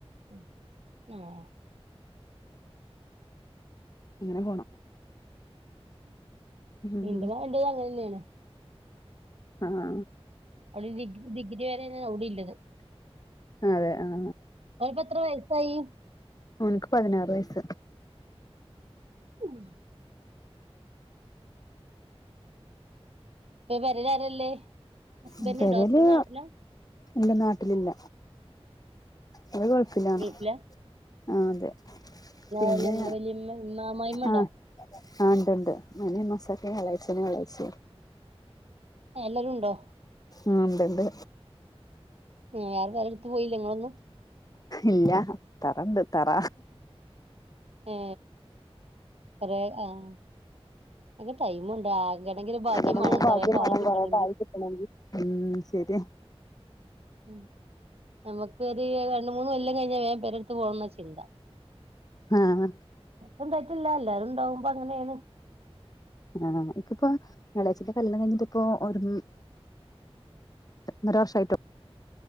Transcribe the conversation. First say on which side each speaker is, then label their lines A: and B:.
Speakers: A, on the right (about 70°); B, on the left (about 35°).
A: ഉ ആഹ
B: അങ്ങനെ പോണം ഉം
A: ഇണ്ട
B: ഉം
A: വ വണ്ട അങ്ങന്നെയാണ്
B: ആഹ
A: അവിടെ ഡിഗ്രി ഡിഗ്രി വരെ അവിട ഇല്ലത്
B: അ അതെ ആഹ
A: ഒരു പത്രം വയസായി
B: അവനക്ക് പതിനാറ്ു വയസ
A: ഉഹ ഇപ്പൊ പെരേല് ആരല്ലേ ഹസ്ബൻഡ്
B: ഉം വരല്
A: ഉണ്ടോ ഹസ്ബൻഡ് നാട്ടിലാ
B: എല്ല നാട്ടിലില്ല അത് ഗൾഫിലാണ്
A: ഗൾഫിലാ
B: ആ അതെ പിന്നെ
A: വല്യമ്മ വല്യമ്മ അമ്മായിമ്മ ഉണ്ടോ
B: ആഹ ആ ഉണ്ട് മന മസൊക്കെ വെളാ്നെ വെള്ളാഴ്ച
A: ആ എല്ലാരും ഉണ്ടോ
B: ആ ഉണ്ട്ണ്ട്
A: വേറെ വേറെ എടുത്ത് പോയില്ല നിങ്ങളൊന്നും
B: ഇല്ല തറണ്ട് തറ
A: ആ അ ആഹ എക്ക തൈമണ്ടക ണെങ്കിൽ ഒരു ഭാഗ്യം
B: അതന്നെ
A: വേണം
B: ഭാഗ്യം
A: കുറേണ്ട
B: വേണം
A: ആയി കിട്ടണമെങ്കിൽ
B: കൊറേണ്ടായി കിട്ടണെങ്കി ഉം ശരിയാ
A: ഉം നമുക്ക്ൊരു രണ്ട മൂന്ന് കൊല്ലം കഴിഞ്ഞാ വേൻ പരെടുത്ത് പോകണംന്ന് വെച്ചിണ്ട്
B: ആഹ
A: ഇണ്ടായിറ്റില്ല എല്ലാരും ഉണ്ടാവുമ്പ അങ്ങനെയാണ്
B: ആഹ ഇപ്പിപ്പ ഞായാഴ്ചന്റെ കല്ണം കഴിഞ്ഞിട്ട് ഇപ്പോ ഒരു നിരാവഷായിട്ടോ